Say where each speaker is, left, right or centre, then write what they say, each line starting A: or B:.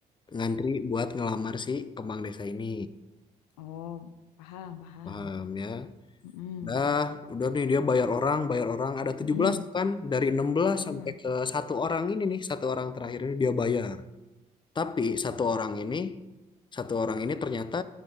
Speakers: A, on the left; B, on the left.
A: ngantri buat ngelamar si kembang desa ini.
B: Oh, paham, paham.
A: Paham ya.
B: Mm-mm,
A: Dah, udah nih dia bayar orang, bayar orang ada tujuh
B: mm-mm,
A: belas tuh kan dari enam belas
B: mm-mm,
A: sampai ke satu orang ini nih, satu orang terakhir ini dia bayar. Tapi
B: mm-mm.
A: satu orang ini satu orang ini ternyata